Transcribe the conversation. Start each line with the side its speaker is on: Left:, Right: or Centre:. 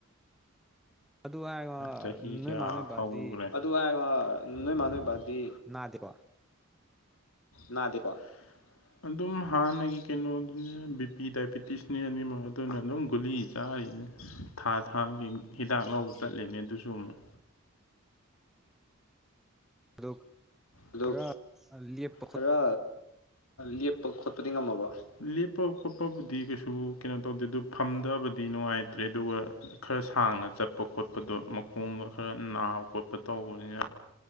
Centre: ꯑꯗꯨ ꯍꯥꯏꯔꯒ
Left: ꯆꯍꯤ
Centre: ꯅꯣꯏꯃꯥ
Left: ꯀꯌꯥ
Centre: ꯅꯣꯏꯕꯥꯗꯤ
Left: ꯍꯧꯈ꯭ꯔꯦ ꯑꯗꯨ ꯍꯥꯏꯔꯒ ꯅꯣꯏ ꯃꯥ ꯅꯣꯏ ꯕꯥꯗꯤ
Centre: ꯅꯥꯗꯦꯀꯣ <unintelligible>
Left: ꯅꯥꯗꯦꯀꯣ ꯑꯗꯨꯝ ꯍꯥꯟꯅꯒꯤ ꯀꯩꯅꯣꯗꯨꯅꯦ ꯕꯤꯄꯤ ꯗꯥꯏꯕꯤꯇꯤꯁꯅꯤ ꯑꯅꯤꯃꯛ ꯑꯗꯨꯅ ꯑꯗꯨꯝ ꯒꯨꯂꯤꯁꯦ ꯆꯥꯔꯤꯗ ꯊꯥ ꯊꯥꯒꯤ ꯍꯤꯗꯥꯛ ꯂꯧꯕ ꯆꯠꯂꯤꯅꯦ ꯑꯗꯨꯁꯨ ꯑꯃꯨꯛ
Centre: <inaudible>
Left: ꯑꯗꯨ
Centre: ꯈꯔ ꯂꯦꯞ
Left: ꯈꯔ ꯂꯦꯞꯄ ꯈꯣꯠꯄꯗꯤ ꯉꯝꯃꯕꯣ ꯂꯦꯞꯄ ꯈꯣꯠꯄꯕꯨꯗꯤ ꯀꯩꯁꯨ ꯀꯩꯅꯣ ꯇꯧꯗꯦ ꯑꯗꯨ ꯐꯝꯗꯕꯗꯤ ꯅꯨꯡꯉꯥꯏꯇ꯭ꯔꯦ ꯑꯗꯨꯒ ꯈꯔ ꯁꯥꯡꯅ ꯆꯠꯄ ꯈꯣꯠꯄꯗꯣ ꯃꯈꯣꯡꯗꯣ ꯈꯔ ꯅꯥꯕ ꯈꯣꯠꯄ ꯇꯧꯕꯅꯤꯅ